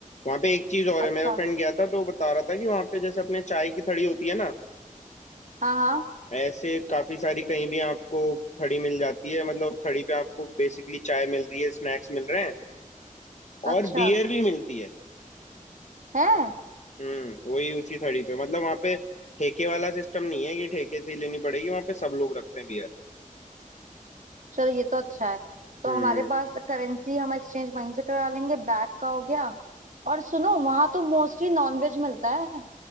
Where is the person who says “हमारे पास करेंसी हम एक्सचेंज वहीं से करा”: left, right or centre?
Right